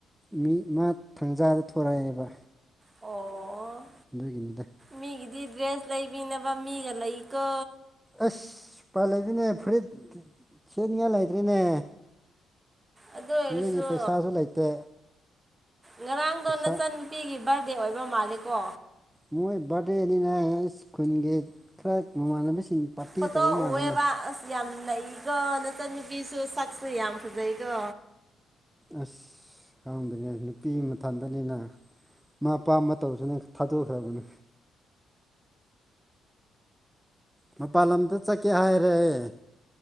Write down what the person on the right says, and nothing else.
ꯑꯣ
ꯃꯤꯒꯤꯗꯤ ꯗ꯭ꯔꯦꯁ ꯂꯩꯕꯤꯅꯕ ꯃꯤꯒ ꯂꯩꯀꯣ
ꯑꯗꯨ ꯑꯣꯏꯔꯁꯨ
ꯉꯔꯥꯡꯗꯣ
ꯅꯆꯟꯅꯨꯄꯤꯒꯤ ꯕꯥꯔꯗꯦ ꯑꯣꯏꯕ ꯃꯥꯜꯂꯦꯀꯣ
ꯐꯣꯠꯇꯣ
ꯑꯣꯏꯑꯦꯕ
ꯑꯁ ꯌꯥꯝ ꯅꯩꯀꯣ ꯅꯆꯟ ꯅꯨꯨꯄꯤꯁꯨ ꯁꯛꯁꯨ ꯌꯥꯝ ꯐꯖꯩꯀꯣ